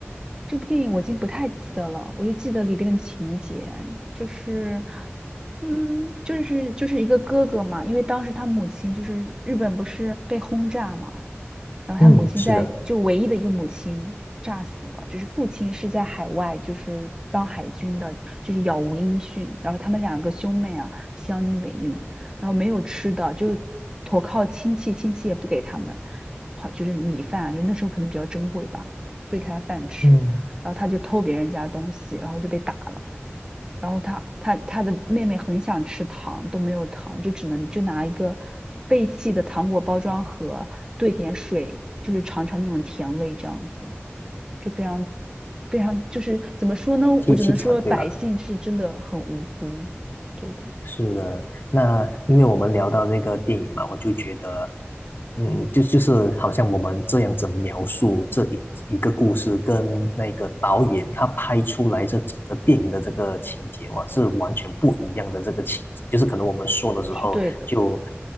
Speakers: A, on the right; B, on the left.
A: 这部电影我已经不太记得了，我就记得里边的情节，就是，嗯，就是就是一个哥哥嘛，因为当时他母亲就是日本不是被轰炸嘛，然后他母亲在就唯一的一个母亲炸死了，
B: 嗯，是的，
A: 就是父亲是在海外，就是当海军的，就是杳无音讯。然后他们两个兄妹啊，相依为命，然后没有吃的，就投靠亲戚，亲戚也不给他们，好就是米饭啊就那时候可能比较珍贵吧，不给他饭吃。
B: 嗯，
A: 然后他就偷别人家东西，然后就被打了。然后他他他的妹妹很想吃糖，都没有糖，就只能就拿一个废弃的糖果包装盒兑点水，就是尝尝那种甜味，这样子就非常非常就是怎么说呢？我只能说百姓是真的很无辜，
B: 机器厂对吧？
A: 对的，
B: 是的，那因为我们聊到这个电影嘛，我就觉得，嗯，就就是好像我们这样子描述这一一个故事，跟那个导演他拍出来这整个电影的这个情节嘛，是完全不一样的这个情节。就是可能我们说的时候就，
A: 是对的，